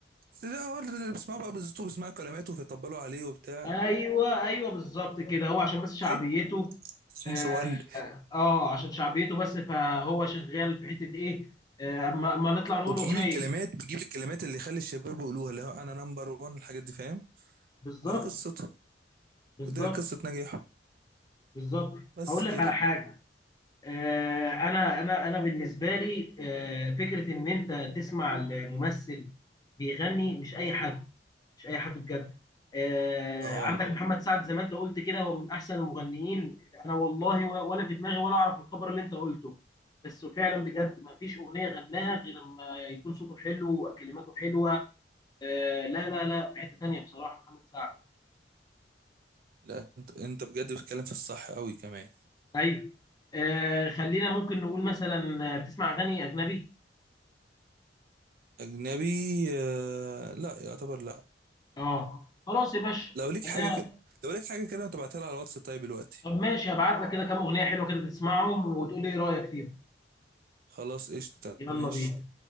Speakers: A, on the right (about 50°); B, on the left (about 20°).
A: بس ده هو اللي بيسمعوا بقى بالظبط وبيسمعوا كلماته فيطبلوا عليه وبتاع
B: ايوه ايوه بالظبط كده هو عشان بس شعبيته
A: اي
B: اه
A: نمبر 1
B: آه، عشان شعبيته بس فهو شغال في حته ايه آه، اما أما نطلع نقول
A: وبيجيب
B: اغنيه
A: الكلمات بيجيب الكلمات اللي يخلي الشباب يقولوها اللي هو انا نمبر 1 الحاجات دي فاهم
B: بالظبط
A: ودي قصته
B: بالظبط
A: ودي قصة نجاحه
B: بالظبط
A: بس
B: هقول
A: كده
B: لك على حاجه آه، انا انا انا بالنسبه لي آه، فكره ان انت تسمع الممثل بيغني مش اي حد مش اي حد بجد آه،
A: اه
B: عندك محمد سعد زي ما انت قلت كده هو من احسن المغنيين انا والله و- ولا في دماغي ولا اعرف الخبر اللي انت قلته بس فعلا بجد ما فيش اغنيه غناها غير لما يكون صوته حلو وكلماته حلوه آه، لا لا لا في حته تانيه بصراحه محمد سعد
A: لا انت انت بجد بتتكلم في الصح قوي كمان
B: ايوه آه، خلينا ممكن نقول مثلا آه، بتسمع اغاني اجنبي
A: اجنبي آه لا يعتبر لا
B: اه خلاص يا باشا
A: لو ليك
B: خليها
A: حاجة كده لو ليك حاجة كده ما تبعتها لي على الواتس طيب دلوقتي
B: طب ماشي هبعت لك كده كام اغنيه حلوه كده تسمعهم وتقول لي ايه رايك فيهم
A: خلاص قشطة
B: يلا
A: ماشي
B: بينا